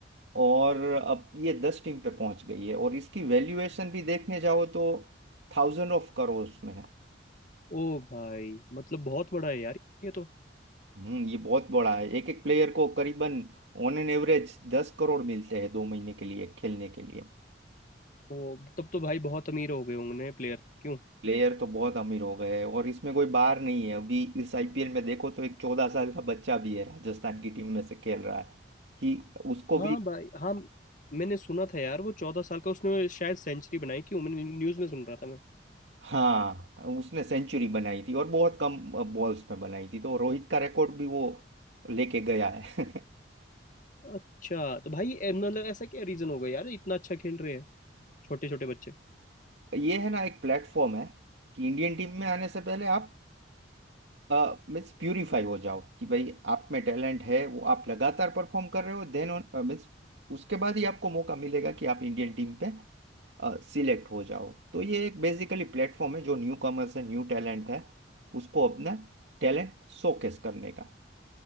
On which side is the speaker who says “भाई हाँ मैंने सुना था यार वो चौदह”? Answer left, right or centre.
Left